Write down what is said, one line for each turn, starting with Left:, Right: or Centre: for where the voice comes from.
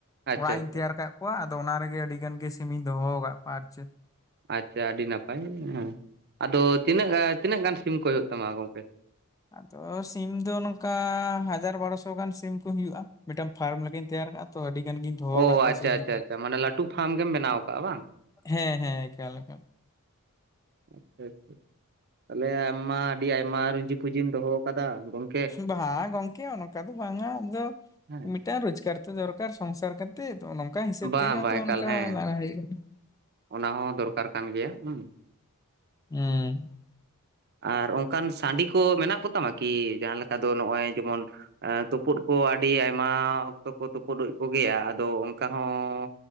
Right: ᱟᱪᱪᱷᱟ
Left: ᱚᱲᱟᱜ
Right: ᱟᱪᱪᱷᱟ
Left: ᱤᱧ ᱛᱮᱭᱟᱨ ᱟᱠᱟᱜ, ᱠᱚᱣᱟ ᱟᱫᱚ ᱚᱱᱟ ᱨᱮᱜᱮ ᱟᱹᱰᱤ ᱜᱟᱱ ᱜᱮ ᱥᱤᱢᱤᱧ ᱫᱚᱦᱚ ᱟᱠᱟᱜ ᱠᱚᱣᱟ ᱟᱨ ᱪᱮᱜ᱾
Right: ᱟᱪᱪᱷᱟ ᱟᱹᱰᱤ ᱱᱟᱯᱟᱭ ᱦᱩᱸ᱾ ᱟᱫᱚ ᱛᱤᱱᱟᱹᱜ ᱛᱤᱱᱟᱹᱜ ᱜᱟᱱ ᱥᱤᱢ ᱠᱚ ᱦᱩᱭᱩᱜ ᱛᱟᱢᱟ ᱜᱚᱝᱠᱮ?
Left: ᱟᱫᱚ ᱥᱤᱢ ᱫᱚ ᱱᱚᱝᱠᱟ ᱦᱟᱡᱟᱨ ᱵᱟᱨᱚᱥᱚ ᱜᱟᱱ ᱥᱤᱢ ᱠᱚ ᱦᱩᱭᱩᱜᱼᱟ ᱢᱤᱜᱴᱟᱝ ᱯᱷᱟᱨᱚᱢ ᱞᱮᱠᱟᱧ ᱛᱮᱭᱟᱨ ᱠᱟᱜᱼᱟ᱾ ᱛᱚ ᱟᱹᱰᱤ ᱜᱟᱱ ᱜᱤᱧ ᱫᱚᱦᱚᱣᱟ
Right: ᱚ
Left: ᱠᱟᱜ ᱠᱚᱣᱟ
Right: ᱟᱪᱪᱷᱟ
Left: ᱥᱤᱢ, <inaudible>
Right: ᱟᱪᱪᱷᱟ ᱟᱪᱪᱷᱟ ᱢᱟᱱᱮ ᱞᱟᱹᱴᱩ ᱯᱷᱟᱨᱢ ᱜᱮᱢ ᱵᱮᱱᱟᱣ ᱠᱟᱜᱼᱟ
Left: ᱦᱮᱸ ᱦᱮᱸ ᱮᱠᱟᱞ ᱮᱠᱟᱞ᱾
Right: ᱟᱪᱪᱷᱟ ᱟᱪᱪᱷᱟ, ᱛᱟᱦᱚᱞᱮ ᱟᱢ ᱢᱟ ᱟᱰᱤ ᱟᱭᱢᱟ ᱨᱩᱸᱡᱤ ᱯᱩᱸᱡᱤᱢ ᱫᱚᱦᱚ ᱠᱟᱫᱟ ᱜᱚᱝ
Left: ᱵᱟᱝ ᱜᱚᱝᱠᱮ ᱚᱱᱠᱟ ᱫᱚ ᱵᱟᱝᱟ ᱟᱫᱚ,
Right: ᱦᱮᱸ
Left: ᱢᱤᱜ ᱴᱟᱱ ᱨᱳᱡᱽᱜᱟᱨ ᱛᱚ ᱫᱚᱨᱠᱟᱨ ᱥᱚᱝᱥᱟᱨ ᱠᱟᱛᱮᱜ᱾ ᱟᱫᱚ ᱱᱚᱝᱠᱟ ᱦᱤᱥᱟᱹᱵ
Right: ᱵᱟᱝ
Left: ᱛᱮᱜᱮ
Right: ᱵᱟᱝ
Left: ᱟᱫᱚ
Right: ᱮᱠᱟᱞ
Left: ᱱᱚᱝᱠᱟ
Right: ᱦᱮᱸ
Left: ᱞᱟᱲᱟ ᱦᱩᱭ ᱠᱟᱱᱟ᱾
Right: ᱚᱱᱟ ᱦᱚᱸ ᱫᱚᱨᱠᱟᱨ ᱠᱟᱱ ᱜᱮᱭᱟ ᱩᱸ᱾
Left: ᱮᱸ ᱦᱩᱸ
Right: ᱟᱨ ᱚᱱᱠᱟᱱ ᱥᱟᱺᱰᱤ ᱠᱚ ᱢᱮᱱᱟᱜ ᱠᱚᱛᱟᱢᱟ ᱠᱤ ᱡᱟᱦᱟᱸ ᱞᱮᱠᱟ ᱫᱚ ᱱᱚᱜᱼᱚᱭ ᱡᱮᱢᱚᱱ? ᱮᱸ ᱛᱩᱯᱩᱫ ᱠᱚ ᱟᱹᱰᱤ ᱟᱭᱢᱟ ᱚᱠᱛᱚ ᱠᱚ ᱛᱩᱯᱩᱫ, ᱠᱚ ᱜᱮᱭᱟ, ᱟᱫᱚ ᱚᱱᱠᱟ ᱦᱚᱸ